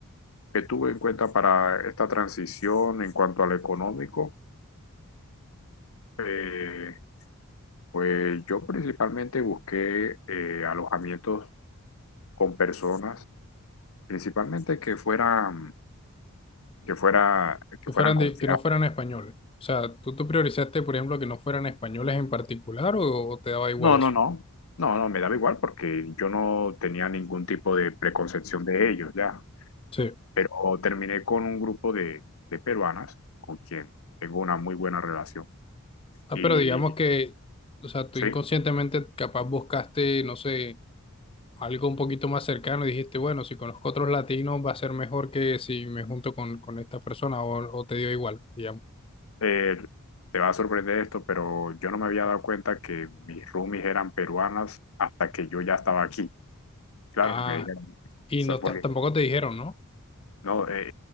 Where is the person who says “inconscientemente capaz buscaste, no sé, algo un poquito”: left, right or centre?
Left